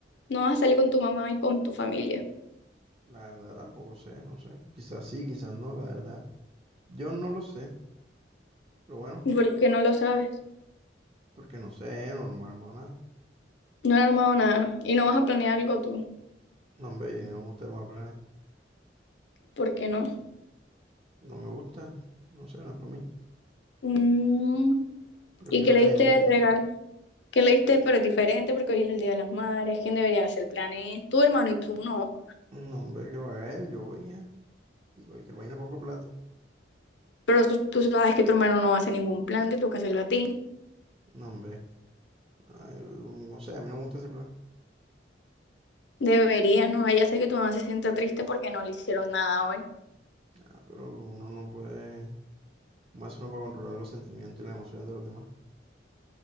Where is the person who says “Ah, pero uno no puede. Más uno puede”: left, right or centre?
Right